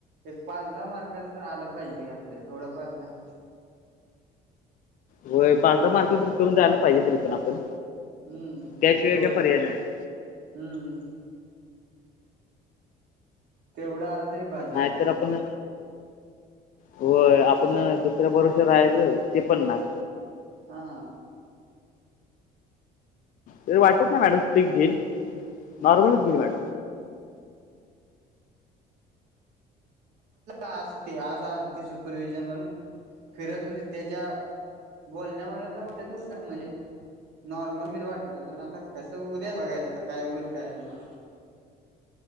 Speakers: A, on the right; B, on the left.
A: एक पाच दहा मार्कां च आला पाहिजे की आपल्याला थोडंफारतर.
B: व्हय पाच दहा मार्कचं तरी करुन जायला पाहिजे तरी पण आपण.
A: हम्म
B: त्याशिवाय
A: तेवढंत
B: काय पर्याय नाही
A: हम्म. तेवढं आला तरी बास झालं.
B: नाहीतर आपण होय आपण दुसऱ्या पोराचं राहायचं ते पण नाय.
A: हा.
B: पण वाटत नाय मॅडम स्टीक घेईल नॉर्मलच घेईल वाट.
A: आज टी आज आलती सूपर व्हिजनला न ह्याज्यात होती त्याच्या बोलण्यावर तर वाटत होता म्हणजे नॉर्मल गेलं वाटत होत पण आता कसं होऊद्याच बघायचं आता काय होईल काय नाय.